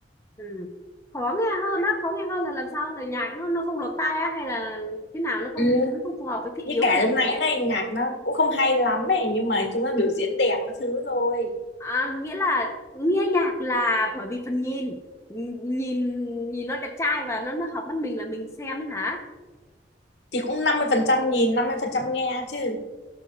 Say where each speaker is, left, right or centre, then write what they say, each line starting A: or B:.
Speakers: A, on the left; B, on the left.
A: Ừ. Khó nghe hơn á, khó nghe hơn là làm sao là nhạc nó nó không lọt tai á hay là thế nào nó không
B: Ừ.
A: không phù hợp với thị
B: Như
A: hiếu
B: cả
A: của mình
B: lúc nãy đây nhạc nó cũng không hay lắm ấy nhưng mà chúng nó biểu diễn đẹp các thứ thôi
A: À, nghĩa là nghe nhạc là bởi vì phần nhìn nhìn nhìn nó đẹp trai và nó nó hợp mắt mình là mình xem ấy hả?
B: thì cũng 50% nhìn 50% nghe chứ